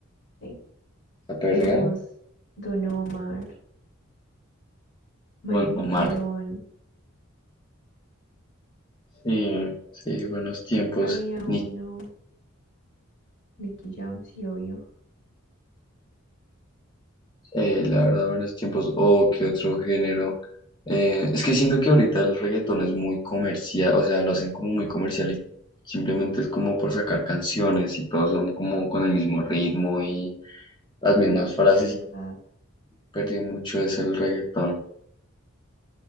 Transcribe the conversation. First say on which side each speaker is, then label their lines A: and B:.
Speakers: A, on the left; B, on the left.
A: sí.
B: Aperreado.
A: Digamos, Don Omar, Maluma
B: Don Omar.
A: pelón,
B: Sí, sí, buenos tiempos.
A: había uno,
B: Ni,
A: Nicky Jam, sí, obvio.
B: eh, la verdad, buenos tiempos. O qué otro género. Eh, es que siento que ahorita el reggaetón es muy comercial, o sea, lo hacen como muy comercial y simplemente es como por sacar canciones y todos son como con el mismo ritmo y las mismas
A: Y
B: frases.
A: es verdad,
B: Perdió mucho eso el reggaetón.